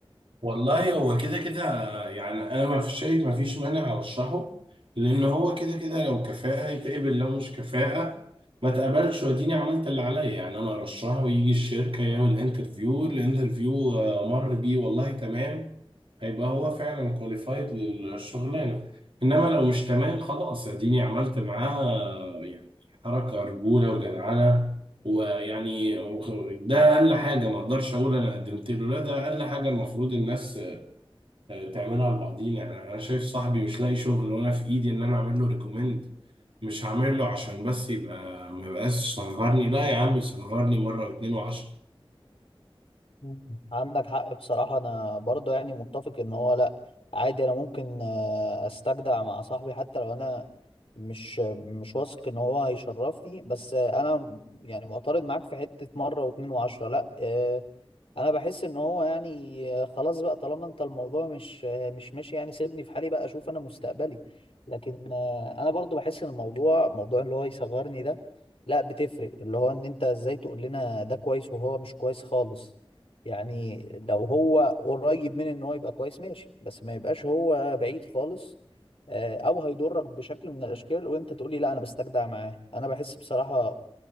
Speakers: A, on the right; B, on the left.
A: والله هو كده كده يعني انا ما فيش شايف ما فيش مانع ارشحه لان هو كده كده لو كفاءة يتقبل لو مش كفاءة ما تقبلش واديني عملت اللي عليا يعني انا ارشحه ويجي الشركة يعمل انترفيو الانترفيو مر بيه والله تمام هيبقى هو فعلا كواليفايد للشغلانة انما لو مش تمام خلاص اديني عملت معاه يعني حركة رجولة وجدعنة ويعني ده اقل حاجه ما اقدرش اقول انا قدمت له لا ده اقل حاجه المفروض الناس آه، تعملها لبعضينا يعني انا شايف صاحبي مش لاقي شغل وانا في ايدي ان انا اعمل له ريكومند مش هعمل له عشان بس يبقى ما يبقاش صغرني لا يا عم صغرني مره واتنين وعشرة
B: مم. عندك حق بصراحة أنا برضه يعني متفق إن هو لأ عادي أنا ممكن آه، أستجدع مع صاحبي حتى لو أنا مش مش واثق إن هو هيشرفني بس آه، أنا م- يعني معترض معاك في حتة مرة واتنين وعشرة لأ آه، انا بحس ان هو يعني خلاص بقى طالما انت الموضوع مش مش ماشي يعني سيبني في حالي بقى اشوف انا مستقبلي لكن آه، انا برضو بحس ان الموضوع موضوع اللي هو يصغرني ده لا بتفرق اللي هو ان انت ازاي تقول لنا ده كويس وهو مش كويس خالص يعني لو هو قريب من ان هو يبقى كويس ماشي بس ما يبقاش هو بعيد خالص آه، او هيضرك بشكل من الاشكال وانت تقولي لا انا بستجدع معاه انا بحس بصراحة